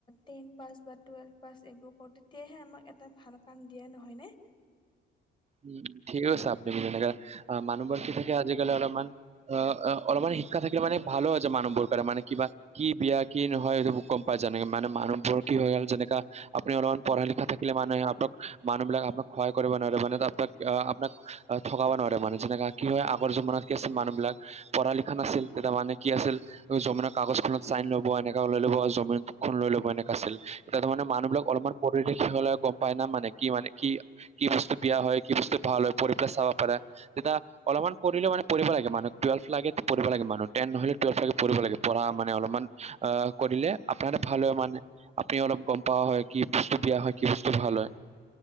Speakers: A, on the left; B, on the right.
A: টেন পাছ বা টুৱেলভ পাছ এইবোৰ কৰোঁ তেতিয়াহে আমাক এটা ভাল কাম দিয়ে নহয়নে
B: উম ঠিক আছে আপু ম নে মানুবৰ্ষী থ আজিকালি অলপমান অ অ অলপমান শিক্ষা থাকিলে মানে ভাল হৈ য মানুহবোৰ কাৰে মানে কিবা কি বিয়া কি নহয় এইেইটো মোক গম পাই জানে মানে মানুহবোৰৰ কি হৈ গ'ল যেনেককা আপুনিলপমান পঢ়া লিখা থাকিলে মানুহে আপোন মানুহিলাকপোনাক সহ কৰিব নোৱাৰে মানে আপোনাক থকাাব নোৱাৰে মানে যেনেকা কি হয় আগৰ জমানাত কি আছিল মানুহ বিলাক পঢ় লিখা নাছিল তে তান কি আছিল জমিনৰ কাগজখনত চাইন ল'ব এনেককা লাই লব আৰু জমিন খ লৈ ল'ব এনেকাা আছিল ত ত মানে মানুহ বিলাক অলপমান পৰিৱেশ হলে গম পাই না মানে কি মানে কি কি বস্তু বিয়া হয় কি বস্তু ভাল হয় পঢ়ি পেলাই চাব পাৰা, তেতিয়া অলপমান পঢ়িলে মানে পঢ়িব লাগে মানুহ টুৱেলভলেকে পঢ়িব লাগে মানুহ, টেন নহলে টুৱেলভলেকে পঢ়িব লাগে পঢ়া মানে অলপমান আহ, কৰিলে আপোনাৰে ভাল হয় মানে। আপুনি অলপ গম পাৱা হয়, কি বস্তু বিয়া হয়, কি বস্তু ভাল হয়।